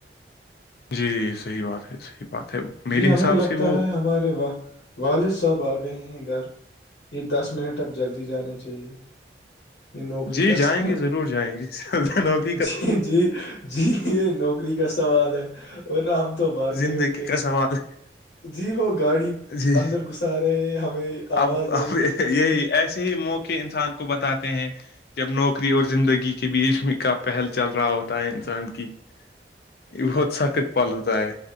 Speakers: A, on the left; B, on the left.
A: جی صحیح بات ہے صحیح بات ہے
B: جی
A: میرے
B: ہمیں
A: حساب
B: لگتا
A: سے وہ
B: ہے ہمارے والد صاحب آ گئے ہیں گھر یہ دس منٹ اب جلدی جانے چاہیے یہ نوکری
A: جی
B: کا
A: جائیں
B: سمے
A: گے ضرور جائیں گے سلطنوبی کا
B: جی جی جی یہ نوکری کا سوال ہے ورنہ ہم تو بھاگ گئے
A: زندگی
B: ہوتے
A: کا سوال ہے
B: جی وہ گاڑی
A: جی
B: اندر گھسا رہے ہیں ہمیں آواز
A: اب اب
B: آئی
A: یہی ایسے ہی موقع انسان کو بتاتے ہیں جب نوکری اور زندگی کے بیچ میں کا پہل چل رہا ہوتا ہے انسان کی یہ بہت سخت پل ہوتا ہے